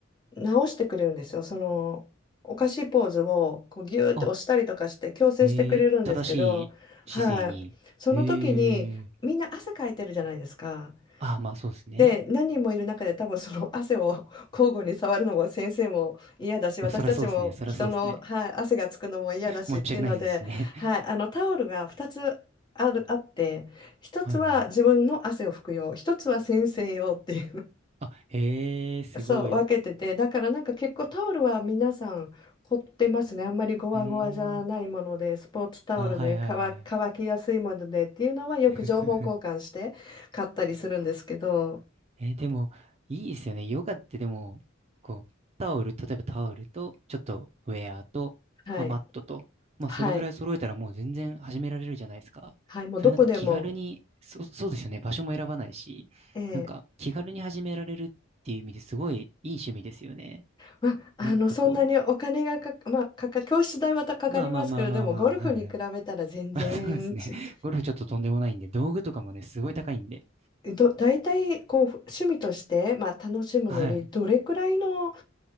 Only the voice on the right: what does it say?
あ、えー正しい姿勢に。
ええああー、まあそうですね。
<laughs> まあそらそうですね。そらそうですね。
申し訳ないですしね。
<laughs> はいはい。あ、ええすごい。
うーん。ああ、はいはいはい。
<laughs> えーでも、いいですよね。ヨガってでも、こう、タオル、例えばタオルと、ちょっとウェアと、
まあ、マットと、まあ、
それぐらい揃えたらもう全然始められるじゃないですか。
そういうなんか気軽に、そ、そうですよね。場所も選ばないし、
なんか気軽に始められるっていう意味ですごいいい趣味ですよね。
なんかこ
う、まあまあまあまあまあ、はいはい。<laughs> まあそうですね。<laughs> ゴルフちょっととんでもないんで、道具とかもね、すごい高いんで。
はい。